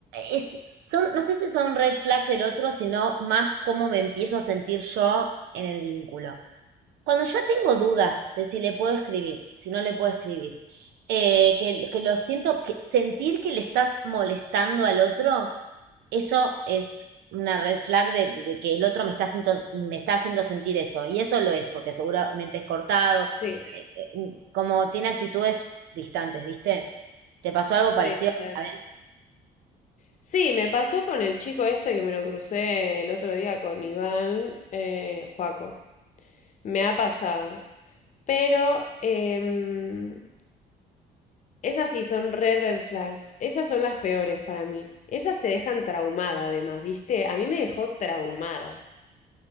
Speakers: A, on the right; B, on the left.
A: es, son, no sé si son red flags del otro, sino más cómo me empiezo a sentir yo en el vínculo. Cuando ya tengo dudas de si le puedo escribir, si no le puedo escribir, eh, que, que lo siento, que sentir que le estás molestando al otro, eso es una red flag de, de que el otro me está, haciendo, me está haciendo sentir eso. Y eso lo es, porque seguramente es cortado,
B: Sí,
A: eh, eh, como tiene actitudes distantes, ¿viste? ¿Te pasó algo
B: sí,
A: parecido
B: total.
A: a vez?
B: Sí, me pasó con el chico este que me lo crucé el otro día con Iván eh, Juaco. Me ha pasado. Pero em, Esas sí son re red flags. Esas son las peores para mí. Esas te dejan traumada, además, ¿viste? A mí me dejó traumada.